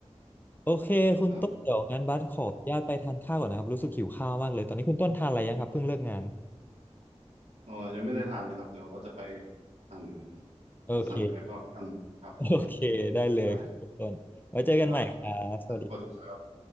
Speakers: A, on the left; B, on the right.
A: โอเคคุณต้นเดี๋ยวงั้นบัสขออนุญาตไปทานข้าวก่อนนะครับรู้สึกหิวข้าวมากเลยตอนนี้คุณต้นทานอะไรยังครับเพิ่งเลิกงาน
B: ครับเออยังไม่ได้ทานเลยครับเดี๋ยวว่าจะไปทานเหมือนกัน
A: โอเค
B: เดี๋ยวสั่งแกร็บเอาแล้วกันครับผม
A: โอเคได้เลยครับคุณต้นไว้เจอกันใหม่ครับสวัสดี
B: ครับครับสวัสดีครับ